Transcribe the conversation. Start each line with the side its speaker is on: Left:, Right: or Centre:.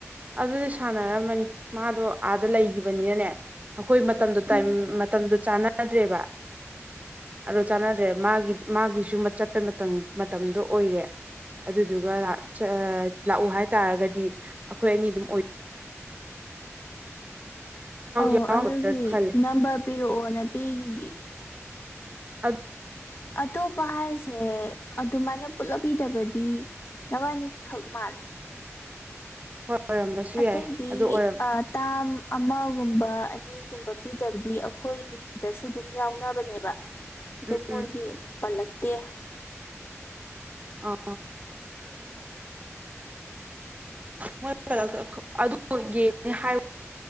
Right: ꯑꯗꯨꯗꯤ ꯁꯥꯟꯅꯔꯝꯃꯅꯤ ꯃꯥꯗꯣ ꯑꯥꯗ ꯂꯩꯈꯤꯕꯅꯤꯅꯅꯦ ꯑꯈꯣꯏ ꯃꯇꯝꯗꯣ ꯇꯥꯏꯃ
Left: ꯎꯝ
Right: ꯃꯇꯝꯗꯨ ꯆꯥꯟꯅꯗ꯭ꯔꯦꯕ ꯑꯗꯣ ꯆꯥꯟꯅꯗ꯭ꯔꯦ ꯃꯥꯒꯤ ꯃꯥꯒꯤꯁꯨ ꯃ ꯆꯠꯄꯩ ꯃꯇꯝ ꯃꯇꯝꯗꯣ ꯑꯣꯏꯔꯦ ꯑꯗꯨꯗꯨꯒ ꯂꯥꯛ ꯁꯦ ꯂꯥꯛꯎ ꯍꯥꯏꯇꯥꯥꯔꯒꯗꯤ ꯑꯈꯣꯏ ꯑꯅꯤꯗꯨꯝ ꯑꯣꯏ
Left: ꯑꯧ
Right: ꯌꯥꯎꯔꯝꯒꯗ꯭ꯔꯥ
Left: ꯑꯗꯨꯒꯤ
Right: ꯈꯜꯂꯦ
Left: ꯅꯝꯕ꯭ꯔ ꯄꯤꯔꯛꯑꯣꯅ ꯄꯤꯒꯤ
Right: ꯑꯠ
Left: ꯑꯇꯣꯞꯄ ꯍꯥꯏꯁꯦ ꯑꯗꯨꯃꯥꯏꯅ ꯄꯨꯂꯞꯕꯤꯗꯕꯗꯤ ꯅꯕꯥꯏꯅꯤ ꯈꯛꯃꯜꯂꯦ
Right: ꯍꯣꯏ ꯑꯣꯏꯔꯝꯕꯁꯨ
Left: ꯑꯇꯩꯗꯤ
Right: ꯌꯥꯏ ꯑꯗꯨ ꯑꯣꯏꯔꯝ
Left: ꯑ ꯇꯥꯝ ꯑꯃꯒꯨꯝꯕ ꯑ ꯑꯅꯤꯒꯨꯝꯕ ꯄꯤꯗꯕꯗꯤ ꯑꯩꯈꯣꯏꯒꯤꯗꯁꯨ ꯗꯨꯝ ꯌꯥꯎꯅꯕꯅꯦꯕ ꯑꯗꯨ
Right: ꯎꯝ
Left: ꯃꯣꯏꯗꯤ
Right: ꯎꯝ
Left: ꯑꯃꯨꯛ ꯄꯜꯂꯛꯇꯦ
Right: ꯑ ꯃꫭꯏ ꯍꯜꯂꯛꯇ ꯈꫭ ꯑꯗꯨ ꯌꯦꯡꯅꯦ ꯍꯥꯏ